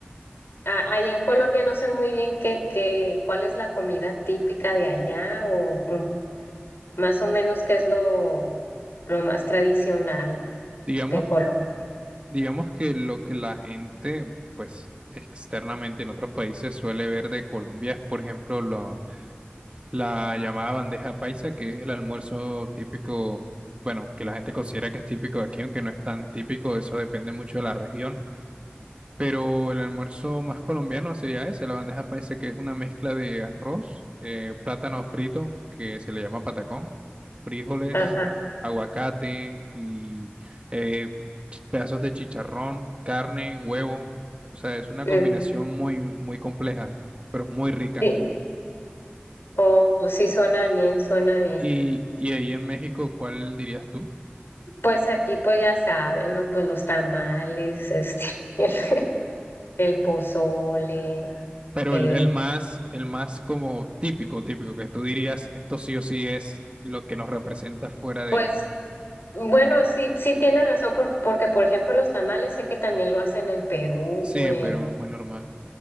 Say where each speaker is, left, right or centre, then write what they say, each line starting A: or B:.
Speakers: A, on the left; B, on the right.
A: Ah, ahí en Colombia no sé muy bien qué, qué, cuál es la comida típica de allá o mm, más o menos qué es lo, lo más tradicional
B: Digamos,
A: de Colombia.
B: digamos que lo que la gente, pues externamente en otros países suele ver de Colombia es, por ejemplo, lo, la llamada bandeja paisa, que es el almuerzo típico, bueno, que la gente considera que es típico de aquí, aunque no es tan típico, eso depende mucho de la región. Pero el almuerzo más colombiano sería ese, la bandeja paisa, que es una mezcla de arroz, eh, plátano frito, que se le llama patacón, frijoles,
A: Ajá.
B: aguacate y eh, ch- pedazos de chicharrón, carne, huevo. O sea, es una
A: mm,
B: combinación muy, muy compleja, pero muy rica.
A: sí. Oh, sí suena bien, suena bien.
B: Y, y ahí en México, ¿cuál dirías tú?
A: Pues aquí pues ya saben, ¿no? Pues los tamales, este, <laughs> el pozole,
B: Pero
A: eh,
B: el, el más, el más como típico, típico, que tú dirías, esto sí o sí es lo que nos representa fuera de
A: pues bueno, sí, sí tiene razón por- porque por ejemplo los tamales sé que también lo hacen en Perú,
B: Sí, en
A: en
B: Perú es muy normal.